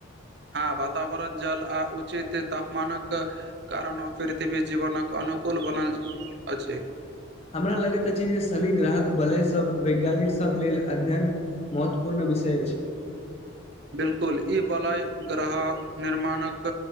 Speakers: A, on the right; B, on the left.
A: हँ वातावरण जल आ उचित तापमानक कारण ओ पृथ्वी जीवनक अनुकूल बनल अछि
B: हमरा लगैत अछि जे शनि ग्राहक बलय सब वैज्ञानिक सब लेल अध्ययन महत्वपूर्ण विषय अछि
A: बिल्कुल ई बलय ग्रह निर्माणक